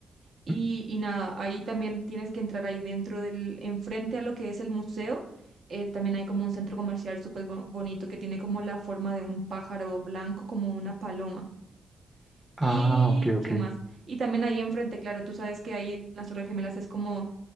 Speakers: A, on the right; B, in the centre.
A: Y,
B: Ujú.
A: y nada, ahí también tienes que entrar ahí dentro del, enfrente a lo que es el museo. eh, también hay como un centro comercial súper bo- bonito que tiene como la forma de un pájaro blanco, como una paloma.
B: Ah,
A: ¿Y
B: ok, ok.
A: qué más? Y también ahí enfrente, claro, tú sabes que ahí en las Torres Gemelas es como